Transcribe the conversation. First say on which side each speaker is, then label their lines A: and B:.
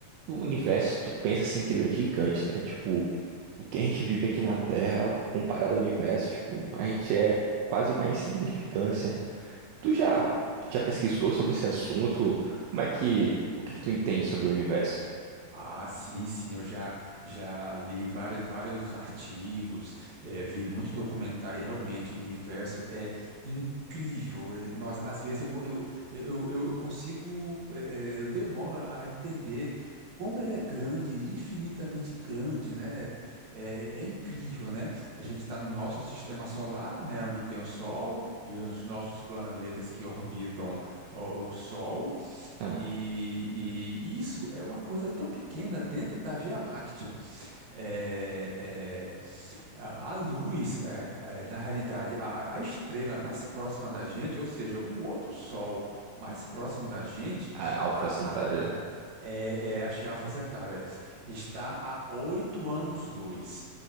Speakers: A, on the right; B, on the right.
A: O universo, tu pensa assim que ele é gigante, né? Tipo, o que a gente vive aqui na Terra, comparado ao universo, tipo, a gente é quase uma insignificância. Tu já, já pesquisou sobre esse assunto? Como é que, o que que tu entende sobre o universo?
B: Ah, sim, sim, eu já, já li vários, vários artigos, eh, vi muito documentário e realmente o universo é incrível. eh, nossa, às vezes eu, co- eu, eu, eu eu consigo, eh, eh, eu demoro a entender como ele é grande, infinitamente grande, né? É, é é incrível, né? A gente está no nosso sistema solar, né, onde tem o Sol e os nossos planetas que orbitam ó, o Sol.
A: Ah,
B: E, e isso é uma coisa tão pequena dentro da Via Láctea. É, é, a, a luz, é, é, na realidade, a, a estrela mais próxima da gente, ou seja, um outro sol mais próximo da gente,
A: a Alpha
B: está
A: Centauri,
B: a,
A: né?
B: é, é, acho que é Alfa Centauro, é, está a 8 anos-luz.